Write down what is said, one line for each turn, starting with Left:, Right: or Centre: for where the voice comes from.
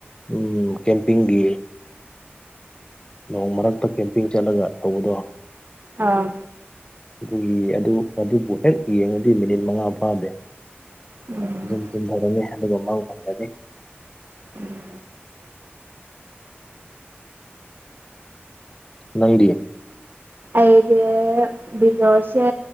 Left: ꯎꯝ ꯀꯦꯝꯄꯤꯡꯒꯤ ꯅꯣꯡ ꯃꯔꯛꯇ ꯀꯦꯝꯄꯤꯡ ꯆꯠꯂꯒ ꯇꯧꯕꯗꯣ
Right: ꯑꯥ
Left: ꯑꯗꯨꯒꯤ ꯑꯗꯨ ꯑꯗꯨꯕꯨ ꯍꯦꯛ ꯌꯦꯡꯉꯗꯤ ꯃꯤꯅꯤꯠ ꯃꯉꯥ ꯐꯥꯗꯦ
Right: ꯎꯝ
Left: ꯑꯗꯨꯝ ꯇꯨꯝꯊꯒꯅꯤ ꯑꯗꯨꯒ ꯃꯡ ꯐꯪꯒꯅꯤ
Right: ꯎꯝ
Left: ꯅꯪꯗꯤ
Right: ꯑꯩꯗꯤ ꯚꯤꯗꯤꯑꯣꯁꯦ